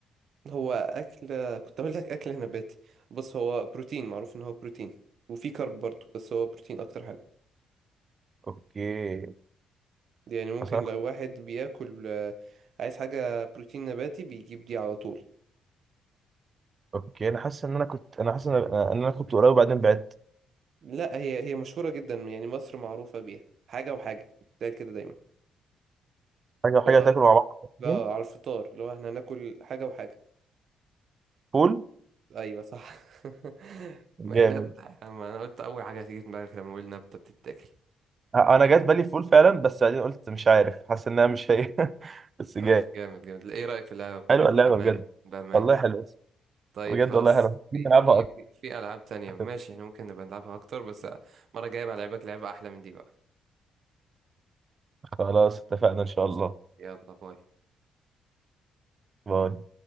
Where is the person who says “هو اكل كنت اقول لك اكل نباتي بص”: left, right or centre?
Right